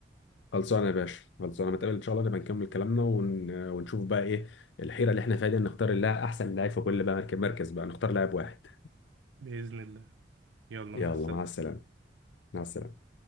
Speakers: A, on the left; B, on the right.
A: خلصانه يا باشا خلصانه نتقابل ان شاء الله نبقى نكمل كلامنا ون... ونشوف بقى ايه الحيره اللي احنا فيها دي نختار اللاعب احسن لاعب في كل بقى مركز مركز بقى نختار لاعب واحد
B: بإذن الله يلا
A: يلا
B: مع السلامة
A: مع السلامه مع السلامه